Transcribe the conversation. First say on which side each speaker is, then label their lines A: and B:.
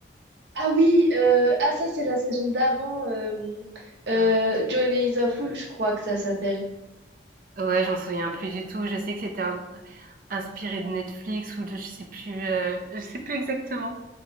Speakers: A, on the right (about 80°); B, on the right (about 50°).
A: Ah oui, euh, ah ça c'est la saison d'avant, euh, euh,
B: Ah oui.
A: Johnny is a Fool, je crois que ça s'appelle.
B: Ouais, j'en souviens plus du tout. Je sais que c'était un- inspiré de Netflix ou de, je sais plus, euh, je sais plus exactement.